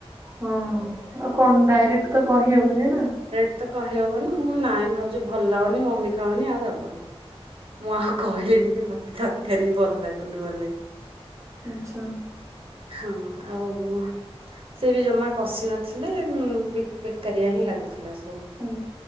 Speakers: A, on the right; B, on the right.
A: ହଁ ଆଉ କଣ ଡାଇରେକ୍ଟ ତ କହିହବନି ନା।
B: ଏତେ କହିହବନି ମୁଁ କଣ ନାଇଁ ଭାଉଜ ଭଲ ଲାଗୁନି ମମି ଖାଉନି ଆଉ ଦବନି। ମୁଁ କହିଲେଣି କି ମତେ ତରକାରୀ ବି ଭଲ ଲାଗୁନି ବୋଲି।
A: ଆଛା
B: ହଁ ଆଉ ସେ ବି ଜମା କଷି ନଥିଲେ ବେକାରିଆ ହିଁ ଲାଗୁଥିଲା ସବୁ।
A: ଉ